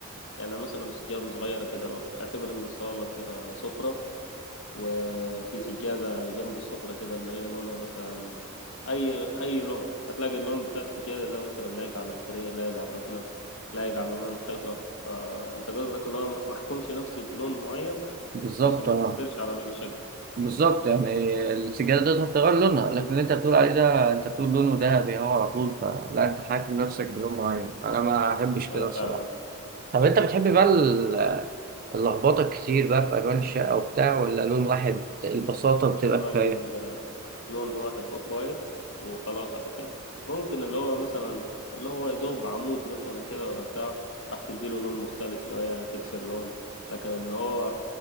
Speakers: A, on the left; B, on the right.
A: يعني مثلا السجادة صغيرة كده لو اعتبر ان الصالة فيها سفرة وفي سجادة جنب السفرة كده اللي هي لونها مثلا اي اي لون هتلاقي اللون بتاع السجادة ده مثلا لايق على الانتريه لايق على الركنة لايق على لون الحيطة فانت قصدك اللي هو محكومش نفسي بلون معين
B: بالظبط
A: عشان ما
B: آه.
A: تأثرش على باقي الشقة
B: بالظبط يعني السجادة تقدر تغير لونها لكن اللي انت بتقول عليه ده انت بتقول لونه ذهبي اهو على طول فلا انت حاكم نفسك بيوم معين انا ما احبش كده
A: آه فعلا
B: الصراحة طب انت بتحب بقى ال- اللخبطة كتير بقى في الوان الشقة وبتاع ولا لون واحد البساطة بتبقى
A: يا راجل
B: كفاية؟
A: لون واحد اوف وايت وخلاص على كده ممكن اللي هو مثلا اللي هو يدوب عمود مثلا كده ولا بتاع راح تديله لون مختلف شوية تكسر لون لكن ان هو